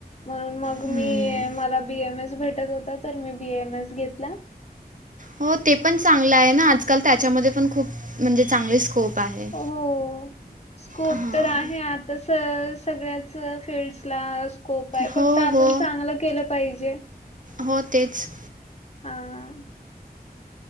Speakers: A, on the left (about 40°); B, on the right (about 50°).
A: म्हणून मग
B: हम्म.
A: मी मला बीएम एस भेटत होता तर मी बीएम एस घेतला.
B: हो ते पण चांगलं आहे ना, आजकाल त्याच्यामध्ये पण खूप म्हणजे चांगली स्कोप आहे.
A: हो, स्कोप
B: हां
A: तर आहे आता स सगळ्याच फिल्डसला स्कोप आहे,
B: हो
A: फक्त आपण
B: हो
A: चांगलं केलं पाहिजे.
B: हो तेच
A: हां.